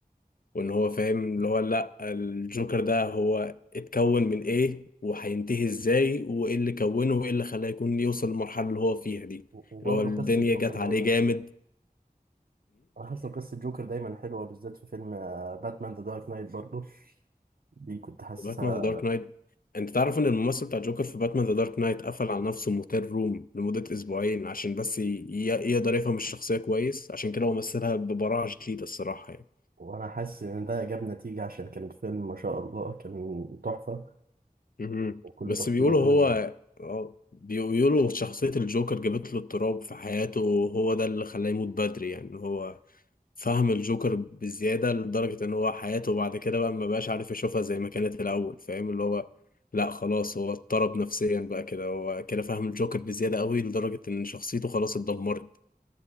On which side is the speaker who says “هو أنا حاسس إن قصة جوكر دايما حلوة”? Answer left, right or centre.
Right